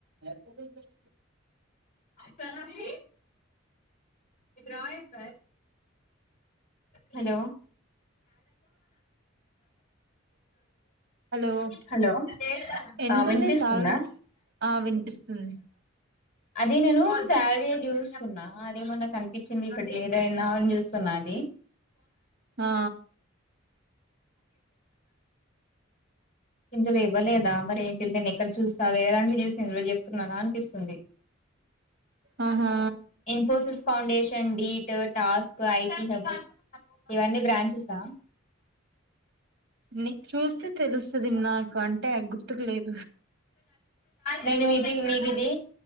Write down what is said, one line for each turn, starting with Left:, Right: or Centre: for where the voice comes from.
Right: యాడతివి పెట్టొద్దు
Left: చాలాహి ఇద్రయే స్కాయే హలో
Right: హలో
Left: హలో
Right: ఎంతుంది
Left: ఆ వినిపిసుందా
Right: సాలరీ ఆ వినిపిస్తుంది
Left: అది నేను శాలరీ జుసున్న అదేమన్నా కనిపించింది. ఇప్పటి ఏదైనా అన్ జు సునాది
Right: ఆ
Left: ఇందులో ఇవ్వలేదా మరి ఏంటి నేను ఎక్కడ చూస్త చ వేరే దాంట్లో చూసి ఇందులో చెప్తున్నాార అనిపిస్తుంది
Right: ఆహా
Left: ఇన్ఫోసిస్ ఫౌండషన్ డీటు టాస్క్ ఐటి హవు ఇవన్నీ బ్రాంచేసా
Right: నీ చూస్తే తెలుస్తది. నాకు అంటే గుర్తుకు లేద్
Left: నేనిమీద్ది మీది ఇది